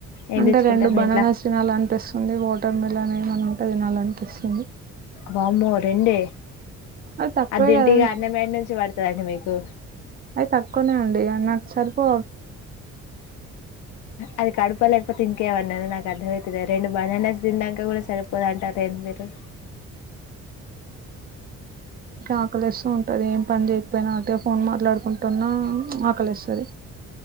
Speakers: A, on the left; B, on the right.
A: ఏం
B: అంటే
A: తెచ్చుకుంటారు
B: రెండు
A: మీ
B: బనానాస్
A: ఇంట్ల
B: తినాలనిపిస్తుంది వాటర్ మిల్ అని ఏమనా ఉంటే తినాలనిపిస్తుంది
A: వామ్మో రెండే
B: అది తక్కువే
A: తింటే
B: కదండి
A: ఇగ అన్నం ఏడ నుంచి పడతదండి మీకు
B: అది తక్కువనే అండి నాకు సరిపో
A: అది కడుప లేకపో ఇంకేమైనా నాకు అర్ధవై రెండు బనానాస్ తిండాక కూడా సరిపోదంటదే మీరు
B: ఆకలిస్త ఉంటది ఏం పని చేయకపోయినా అంటే ఫోన్ మాట్లాడుకుంటున్నా ఆకలిస్తుంది